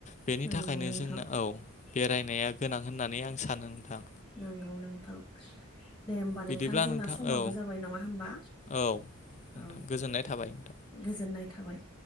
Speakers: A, on the left; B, on the left.
A: बेनि
B: नंगौ
A: थाखायनो
B: नोंथां
A: जोंना औ बेरायनाया गोनां होननानै आं सानो नोंथां।
B: नंगौ नोंथां। दे होमबा
A: बिदिब्ला
B: नोंथां जोंना समाबो
A: औ
B: जाबाय नङा होमबा?
A: औ
B: औ
A: नोंथां गोजोननाय थाबाय नोंथां
B: गोजोननाय थाबाय।